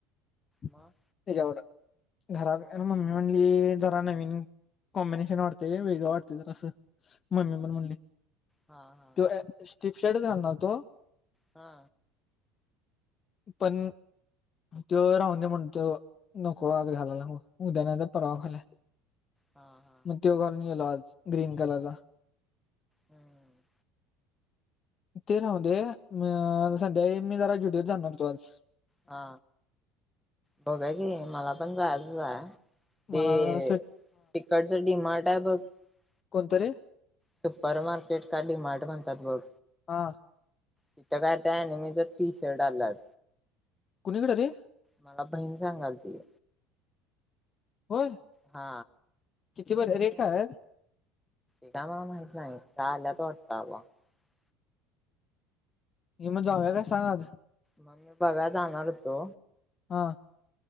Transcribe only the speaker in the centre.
मग
हा हा
हा.
हा हा
हम्म.
हा बघुया की मला पण जायचं हाय ते
तिकडच डीमार्ट मुबक <unintelligible>
सुपर मार्केट का डिमार्ट म्हणतात बघ.
तिथं काय त्या अनीमीच टी शर्ट आलात.
मला बहीण सांगालती.
हा
म
मी
काय मला माहित नाही त्या आल्यात तोटावा <unintelligible>
मग
मग मी बघा जाणार होतो